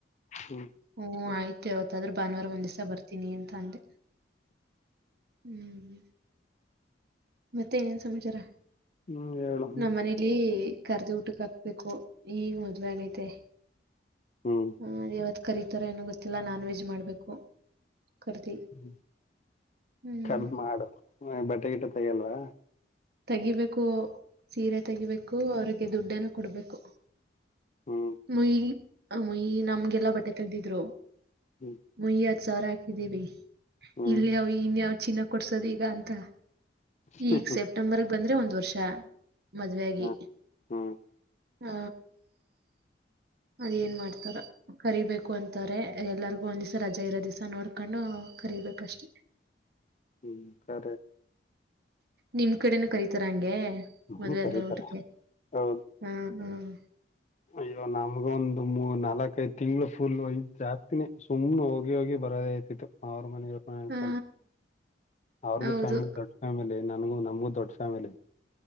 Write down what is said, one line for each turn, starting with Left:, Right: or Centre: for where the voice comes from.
Left: ಹ್ಮ್
Right: ಹ್ಮ ಆಯ್ತು ಯವತ್ತಾದ್ರೂ ಭಾನುವಾರ ಒಂದ್ಿವ್ಸ ಬರ್ತೀನಿ ಅಂತ ಅಂದೆ ಹ್ಮ್ ಮತ್ತೆ ಏನೇನ್ ಸಮಾಚಾರ
Left: ಹ್ಮ್ ಹೇಳಏಳು
Right: ನಮ್ಮ್ ಮನೇಲಿ ಕರ್ದಿ ಊಟಕ್ ಹಾಕ್ಬೇಕು ಈ ಮೊದ್ಲ ಆಗೈತೆ
Left: ಹ್ಮ್
Right: ಹ್ಮ ಯಾವತ್ತು ಕರಿೀತರ ಏನೋ ಗೊತ್ತಿಲ್ಲ ನಾನ್ ವೆಜ್ ಮಾಡ್ಬೇಕು ಕರ್ದಿ
Left: ಹ್ಮ
Right: ಹ್ಮ್
Left: ರ್ದ್ ಮಾಡು ಬಟ್ಟೆಗಿಟ ತಗಲ್ವಾ
Right: ತೆಗಿಬೇಕು ಸೀರೆ ತೆಗಿಬೇಕು ಅವ್ರರಿಗೆ ದುಡ್ಡನ್ನು ಕೊಡ್ಬೇಕು
Left: ಹ್ಮ್
Right: ಮಯಿ ಮಯಿ ನಮ್ಗೆಲ್ಲಾ ಬಟ್ಟೆ ತೆಗ್ದಿದ್ರು
Left: ಹ್ಮ್
Right: ಮುಯವತ್ ಸಾವಿರ ಹಾಕಿದ್ದೀವಿ
Left: ಹ್ಮ್
Right: ಇಲ್ಲಿ ಇನ್ ಚಿನ್ನ ಕೊಡ್ಸೋದ್ ಈಗ ಅಂತ
Left: ಹ್ಮ
Right: ಈಗ
Left: ಹ್ಮ
Right: ಸೆಪ್ಟೆಂಬರ್ಗ್ ಬಂದ್ರೆ ಒಂದ್ ವರ್ಷ ಮದುವಾಗಿ
Left: ಹ್ಮ್ ಹ್ಮ್
Right: ಹ ಅದ್ ಏನ್ ಮಾಡ್ತಾರ ಕರಿೀಬೇಕು ಅಂತಾರೆ ಎಲ್ಲರಿಗು ಒಂದ್ ದಿವ್ಸ ರಜಾ ಇರೋ ದಿವ್ಸ ನೋಡ್ಕೊಂಡು ಕರಿೀಬೇಕಷ್ಟೆ <inaudible>
Left: ಹ್ಮ್ ಸರಿ <inaudible>
Right: ನಿಮ್ ಕಡೆನ ಕರತಾರ ಹಂಗೆ
Left: ಹ್ಮ್
Right: ಮದ್ುವೆ
Left: ಕರೀತಾರೆ
Right: ಆದ್ನೇ ಊಟಕ್ಕೆ
Left: ಹೌದು
Right: ಹ ಹ <inaudible>
Left: ಅಯ್ಯೋ ನಮ್ಗ ಒಂದು್ ಮೂ ನಾಲ್ಕೈದ್ ತಿಂಗ್ಗಳು ಫುಲ್ ಯ್ ಜಾಸ್ತಿನಿ ಸುಮ್ನೆ ಹೋಗಿ ಹೋಗಿ <inaudible> ರದೇ ಆಐತಿತ್ತು ಅವ್ರ ಮನವಕೊಂಡ
Right: ಹಾ
Left: ಅವ್ರಗು
Right: ಹೌದು
Left: ಫ್ಯಾಮಿಲಿ ದೊಡ್ಡ ಫ್ಯಾಮಿಲಿ <inaudible> ನನ್ಗೂ ನಮಗೂ ದೊಡ್ಡ ಫ್ಯಾಮಿಲಿ